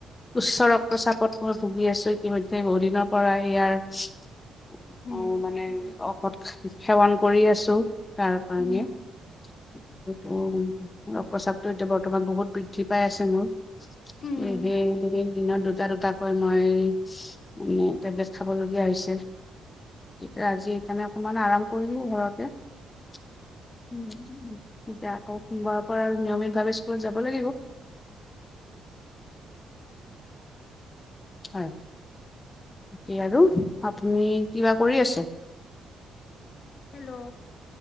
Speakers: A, on the left (about 25°); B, on the left (about 55°).
A: উচ্চ ৰক্তচাপত মই ভুগি আছো ইতিমধ্য়ে বহু দিনৰ পৰা ইয়াৰ
B: উম
A: মানে ঔষৎ সেৱন কৰি আছো তাৰ কাৰণে
B: উম
A: সেই ৰ প্ৰস্ৰাপতটো এতিয়া বৰ্তমান বহুত বৃদ্ধি পাই আছে নো
B: উম
A: এ হে দি দুটা দুটাকৈ মই মানে টেবলেট খাবলগীয়া হৈছে গ আজি সেইকাৰণে আৰাম কৰি দি ঘৰতেতি আকৌব আৰু নিয়মিতভাৱে স্কুলত যাব লাগিব হয় সে আৰু আপুনি কিবা কৰি আছে
B: হেল্ল'